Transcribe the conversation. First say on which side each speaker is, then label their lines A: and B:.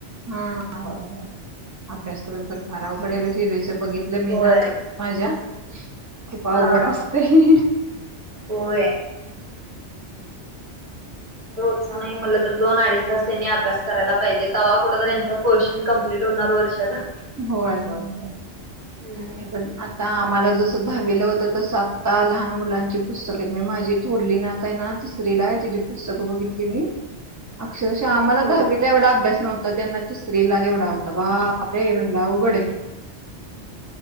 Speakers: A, on the right (about 20°); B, on the right (about 45°).
A: हा हो होय अभ्यास करून तर फार अवघडे बेस बघितलं मी
B: होय
A: ना ते माझ्या खूप आवड
B: हा
A: असते हम्
B: होय. रोज नाही म्हटलं तर दोन अडीच तास त्यांनी अभ्यास करायला पाहिजे तेव्हा कुठ यांचा पोर्शन कम्प्लीट लय दोन वर्षाचा
A: होय होय होय नाही
B: हम्म
A: पण आता आम्हाला जसं दहावीला होतं तस आत्ता लहान मुलांची पुस्तक आहेत मी माझी थोरली नाताय ना तिसरी ला आहे तची पुस्तकं बघितली मी अक्षरशः आम्हाला
B: हम्म
A: दहावीला एवढा अभ्यास नव्हता त्यांना त स्त्रीला तेवढा होता बा रे म्हणलं उघडे